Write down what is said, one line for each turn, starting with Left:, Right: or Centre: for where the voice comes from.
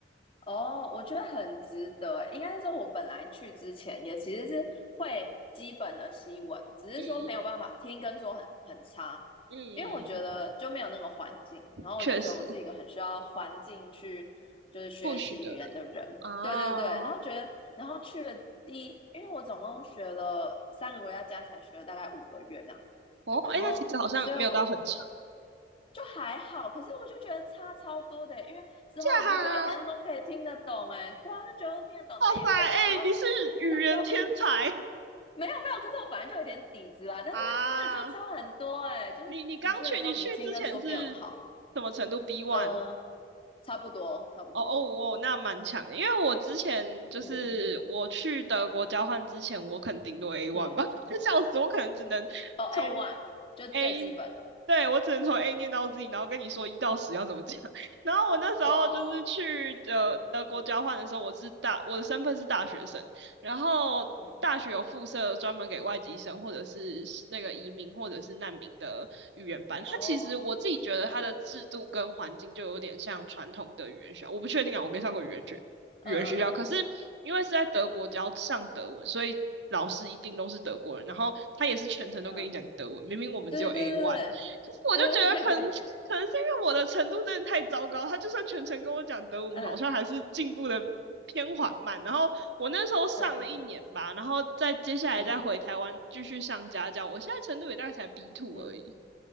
Left: 哦，我觉得很值得欸。应该是说，我本来去之前也其实是会基本的西文，只是说没有办法听跟说很很差，
Right: 嗯嗯嗯嗯，
Left: 因为我觉得就没有那个环境。
Right: 嗯，
Left: 然后我就觉得我是一个很需要环境去就是学习语言的人。
Right: 确实，不许的人啊，
Left: 对对对，然后觉得，然后去了第一，因为我总共学了三个国家，加起来学了大概五个月这样。
Right: 哦，
Left: 然后，
Right: 哎，那其实好像没有到很长。
Left: 所以我就还好，可是我就觉得差超多的欸因为之后你就觉得，
Right: 这样啊，
Left: 哎、欸好像都可以听得懂，
Right: 哇
Left: 哎，对啊，就觉得都听得懂，然后也可以讲，
Right: 塞，哎，
Left: 然后
Right: 你是语言天才
Left: 那之后啊没有没有，可是我本来就有点底子啦，但是真的就差很多，
Right: 啊！
Left: 哎，就是你去了之后，
Right: 你你刚去，你去之前是
Left: 你听跟说变好，
Right: 什么程度？B one
Left: 嗯，差不多，差不多，
Right: 哦哦哦，那蛮强的，因为我之前就是我去德国交换之前，
Left: 嗯
Right: 我可能顶多 A one
Left: 嗯，
Right: 吧，<laughs> 笑死，我可能只能从
Left: 哦，A one 就最基本的，
Right: A，对，我只能从 A 念到 Z，然后跟你说一到十要怎么讲。<laughs> 然后我那时候就是去德德国交换的时候，
Left: 哦哦哦，嗯
Right: 我是大，我的身份是大学生，然后大学有附设专门给外籍生或者是那个移民或者是难民的语言班。
Left: 嗯，
Right: 它其实我自己觉得它的制度跟环境就有点像传统的语言学校，
Left: 哦，
Right: 我不确定啊，我没上过语言学语言学校。
Left: 嗯嗯
Right: 可是因为是在德国教上德文，所以老师一定都是德国人，然后他也是全程都跟你讲德文。
Left: 嗯嗯，
Right: 明明我们只有
Left: 对对对对对对对对，
Right: A one，可是我就觉得可能可能是因为我的程度真的太糟糕，他就算全程跟我讲德文，
Left: 嗯
Right: 我好像还是进步的偏缓慢。然后我那时候上了一年吧，
Left: 嗯
Right: 然后再接下来再回台湾继续上家教。
Left: 嗯
Right: 我现在程度也大概才 B two
Left: 嗯。
Right: 而已